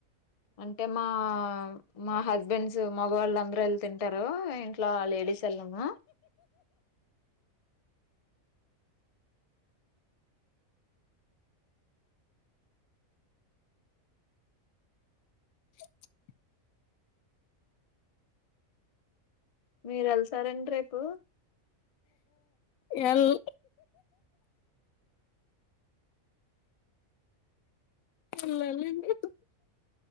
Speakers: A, on the left; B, on the left.
A: అంటే మా మా హస్బెండ్స్ మగవాళ్ళు అందరూ వెళ్ళి తింటారు ఇంట్లో లేడీస్ వెళ్ళము <inaudible>
B: <inaudible>
A: మీరు వెళ్తారండి రేపు
B: ఎల్ వెల్ వెళ్ళండి.